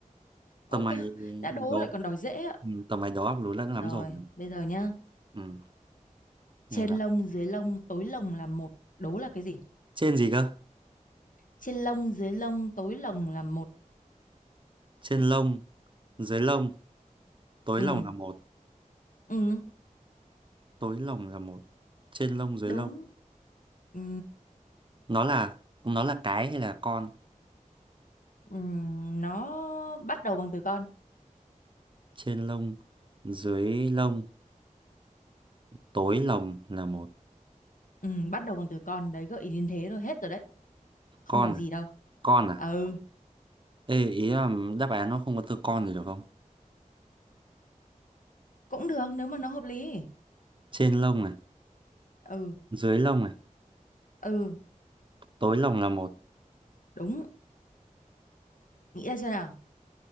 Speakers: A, on the left; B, on the right.
A: Ok,
B: Tầm mày
A: đã đố
B: đố,
A: lại còn đòi dễ ạ.
B: Ừ, tầm mày đó lố lẫn lắm
A: Rồi,
B: rồi.
A: bây giờ nhá.
B: Ừ,
A: Trên
B: ngày vào.
A: lông dưới lông tối lông là một, đố là cái gì?
B: Trên gì cơ?
A: Trên lông dưới lông tối lông là một.
B: Trên lông, dưới lông, tối
A: Ừ,
B: lông là một,
A: ừ,
B: tối lông là một. Trên lông dưới
A: đúng.
B: lông.
A: Ừ,
B: Nó là nó là cái hay là con?
A: Ừm, nó bắt đầu bằng từ con
B: Trên lông, dưới lông, tối lông là một.
A: Ừm, bắt đầu bằng từ con đấy gợi ý đến thế rồi hết rồi đấy không
B: Con
A: còn gì
B: à?
A: đâu
B: Con à?
A: ừ
B: Ê, ý là đáp án nó không có từ con thì được không?
A: cũng được nếu mà nó hợp lý
B: Trên lông này,
A: ừ
B: dưới lông này,
A: ừ
B: tối lông là một
A: đúng nghĩ ra chưa nào